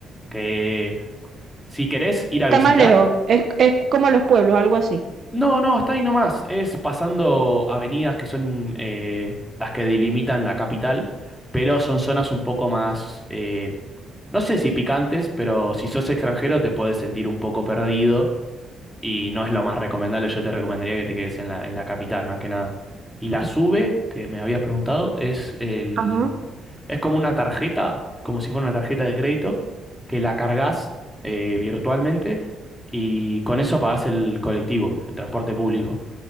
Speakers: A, in the centre; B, on the right.
A: Que si querés ir
B: Está
A: a visitar,
B: más lejos, es, es como los pueblos, algo así.
A: No, no, está ahí nomás. Es pasando avenidas que son eh, las que delimitan la capital, pero son zonas un poco más, eh, no sé si picantes, pero si sos extranjero te puedes sentir un poco perdido y no es lo más recomendable. Yo te recomendaría que te quedes en la, en la capital, más que nada. Y la SUBE, que me habías preguntado, es el,
B: Ajá.
A: es como una tarjeta, como si fuera una tarjeta de crédito, que la cargas eh, virtualmente y con eso pagás el colectivo, el transporte público,